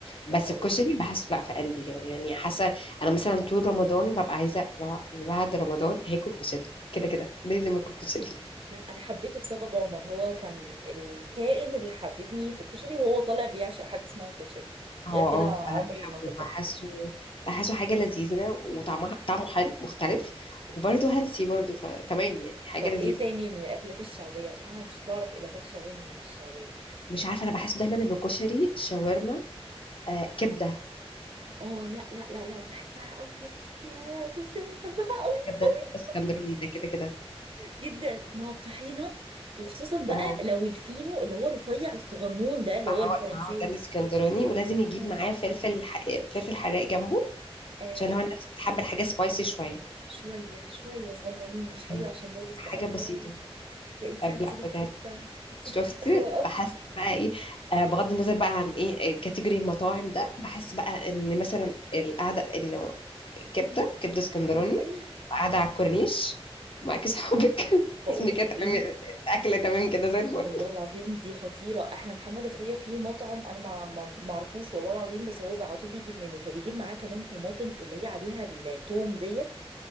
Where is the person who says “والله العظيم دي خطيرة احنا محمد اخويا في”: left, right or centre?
Right